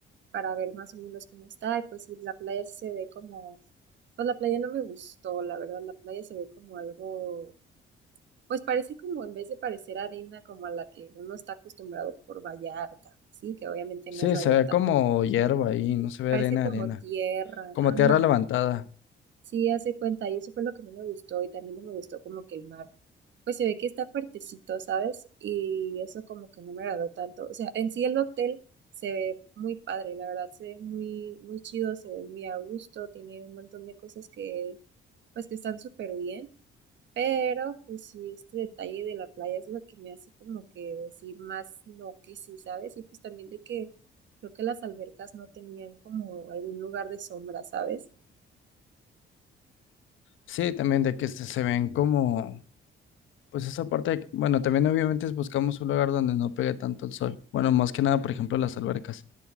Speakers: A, on the right; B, on the left.
A: para ver más o menos cómo está, y pues si la playa sí se ve como, pues la playa no me gustó, la verdad, la playa se ve como algo Pues parece como en vez de parecer arena como a la que uno está acostumbrado por Vallarta, sí, que obviamente
B: Sí,
A: no es Vallarta,
B: se ve como hierba ahí, no se ve
A: parece
B: arena,
A: como
B: arena.
A: tierra,
B: Como
A: ajá,
B: tierra levantada.
A: sí, hace cuenta, y eso fue lo que no me gustó, y también no me gustó como que el mar, pues se ve que está fuertecito, ¿sabes? Y eso como que no me agradó tanto, o sea, en sí el hotel se ve muy padre, la verdad, se ve muy, muy chido, se ve muy a gusto, tiene un montón de cosas que, pues que están súper bien. Pero pues sí, este detalle de la playa es lo que me hace como que decir más no que sí, ¿sabes? Y pues también de que creo que las albercas no tenían como algún lugar de sombra, ¿sabes?
B: Sí, también de que se se ven como, pues esa parte, de que- bueno, también obviamente buscamos un lugar donde no pegue tanto el sol. Bueno, más que nada, por ejemplo, las albercas.